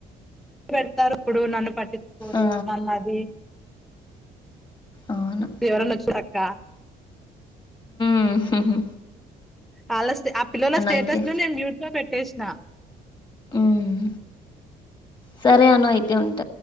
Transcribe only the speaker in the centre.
పెడతారు ఇప్పుడు నన్ను పట్టి కోరు
నన్ను అది
ఎవరన్నోచ్చిరక్కా
వాళ్ళ స్టే ఆ పిల్లల స్టేటస్
ను నేను మ్యూట్ లో పెట్టేసిన